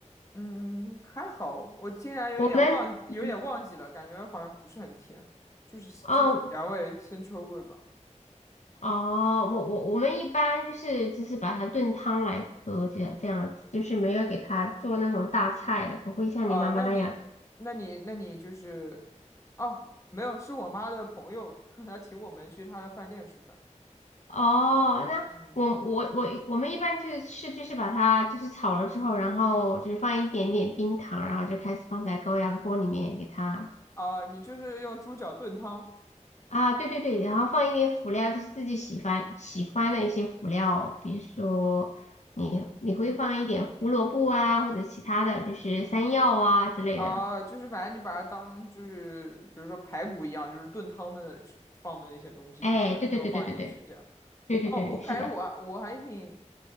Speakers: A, on the left; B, on the left.
A: 嗯，还好，我竟然有点忘，
B: 我们嗯
A: 有点忘记了，感觉好像不是很甜，就是就是咸味、
B: 哦
A: 腥臭味吧。
B: 哦，我我我们一般就是就是把它炖汤来喝，这样这样子，就是没有给它做那种大菜的，不会像你妈妈那样。
A: 啊，那你，那你，那你就是，哦，没有，是我妈的朋友，<laughs> 她请我们去她的饭店吃饭。
B: 哦，那我我我我们一般就是是就是把它就是炒了之后，
A: 嗯，
B: 然后就是放一点点冰糖，然后就开始放在高压锅里面给它
A: 啊，你就是用猪脚炖汤
B: 啊，对对对，然后放一点辅料，就是自己喜欢喜欢的一些辅料，比如说你你会放一点胡萝卜啊，或者其他的就是山药啊之类的。
A: 啊，就是反正你把它当就是比如说排骨一样，就是炖汤的去放的那些东西，
B: 哎，
A: 就是都放进去这样。
B: 对对对对对对对对对对，
A: 哦，我感觉我我还挺，
B: 是的，